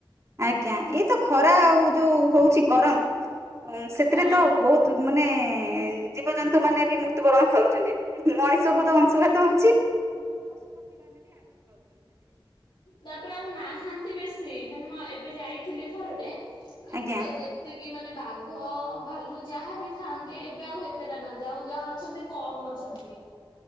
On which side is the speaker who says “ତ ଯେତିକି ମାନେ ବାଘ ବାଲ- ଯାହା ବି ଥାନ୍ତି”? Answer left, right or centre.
Left